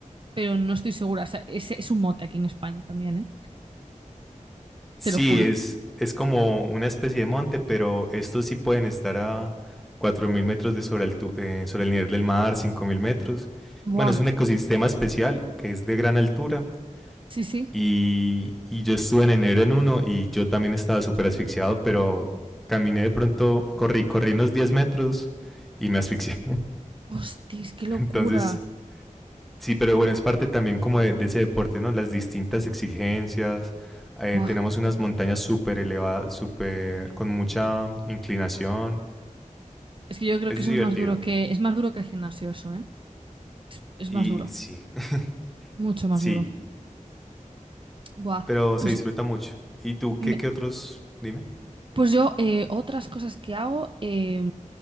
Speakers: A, on the right (about 40°); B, in the centre.
A: pero no estoy segura. O sea, es, es un mote aquí en España también, ¿eh?
B: Sí,
A: Te lo juro.
B: es, es como una especie de monte, pero estos sí pueden estar a 4.000 metros de sobre, altu- eh, sobre el nivel del mar, 5.000 metros.
A: ¡Buah!
B: Bueno, es un ecosistema especial que es de gran altura
A: Sí, sí.
B: y, y yo estuve en enero en uno y yo también estaba súper asfixiado, pero caminé de pronto, corrí, corrí unos 10 metros y me asfixié.
A: ¡Hostis, qué locura!
B: <laughs> Entonces Sí, pero bueno, es parte también como de, de ese deporte, ¿no? Las distintas exigencias. eh,
A: ¡Buah!
B: tenemos unas montañas súper elevadas, súper con mucha inclinación.
A: Es que yo creo
B: Es
A: que eso
B: divertido.
A: es más duro que, es más duro que el gimnasio, eso, ¿eh? Es, es
B: Y
A: más duro,
B: sí, <laughs>
A: mucho más
B: sí,
A: duro. ¡Buah!
B: pero
A: Pues
B: se disfruta mucho. ¿Y tú
A: me-
B: qué, qué otros? Dime.
A: Pues yo, eh, otras cosas que hago, eh,